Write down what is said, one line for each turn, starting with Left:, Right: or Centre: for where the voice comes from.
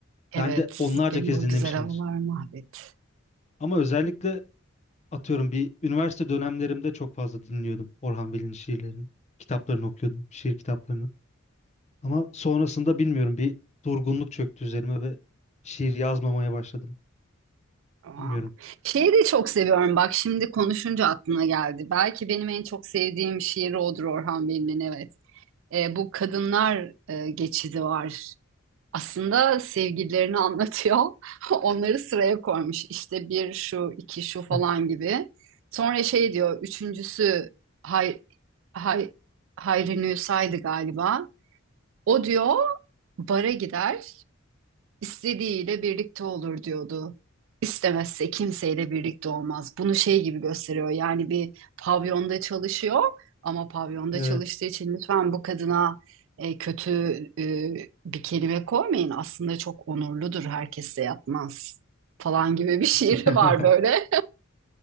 Right: Evet,
Left: ben de onlarca
Right: benim
Left: kez
Right: bu
Left: dinlemişimdir.
Right: güzel havalar mahvetti.
Left: Ama özellikle Atıyorum bir üniversite dönemlerimde çok fazla dinliyordum Orhan Veli'nin şiirlerini. Kitaplarını okuyordum, şiir kitaplarını. Ama sonrasında bilmiyorum bir durgunluk çöktü üzerime ve şiir yazmamaya başladım.
Right: Aa.
Left: Bilmiyorum.
Right: Şeyi de çok seviyorum. Bak şimdi konuşunca aklıma geldi. Belki benim en çok sevdiğim şiir odur Orhan Veli'nin. Evet. E, bu kadınlar e, geçidi var. Aslında sevgililerini anlatıyor. <laughs> Onları sıraya koymuş. İşte bir şu, iki şu falan
Left: <laughs>
Right: gibi. Sonra şey diyor, üçüncüsü Hay, Hay, Hayri Nusa'ydı galiba. O diyor bara gider istediğiyle birlikte olur diyordu. İstemezse kimseyle birlikte olmaz. Bunu şey gibi gösteriyor. Yani bir pavyonda çalışıyor ama pavyonda
Left: Evet.
Right: çalıştığı için lütfen bu kadına e, kötü e, bir kelime koymayın. Aslında çok onurludur. Herkesle yapmaz falan gibi bir <laughs> şiiri
Left: <laughs>
Right: var böyle. <laughs>